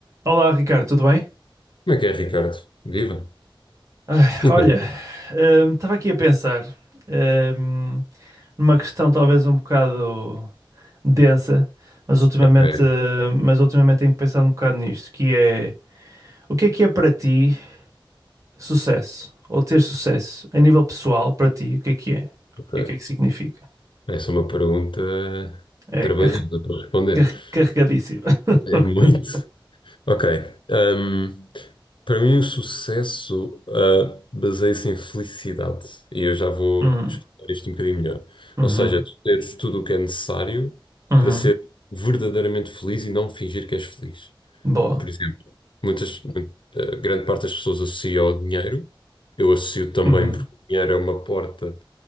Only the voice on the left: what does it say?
Como é que é, Ricardo? Viva?
Então,
ok,
ok.
Essa é uma pergunta
trabalhosa
para responder.
É muito. Ok. hum, para mim, o sucesso, ah, baseia-se em felicidade. E eu já vou
explicar isto um bocadinho melhor.
Ou seja, tu teres tudo o que é necessário
para ser verdadeiramente feliz e não fingir que és feliz.
Por exemplo, muitas, mu- ah, grande parte das pessoas associa ao dinheiro. Eu associo também
porque o dinheiro é uma porta.